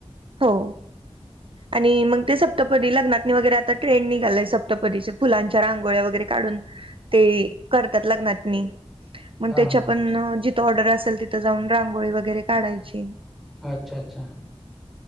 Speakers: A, on the right; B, in the centre.
A: हो. आणि मग ते सप्तपदी लग्नातनी वगरै आता ट्रेंड निघालाय सप्तपदीचे फुलांच्या रांगोळ्या वगैरे काढून ते करतात लग्नातनी. मग
B: हा
A: त्याच्या
B: हा
A: पण जिथं ऑर्डर असेल तिथं जाऊन रांगोळी वगैरे काढायची.
B: अच्छा, अच्छा.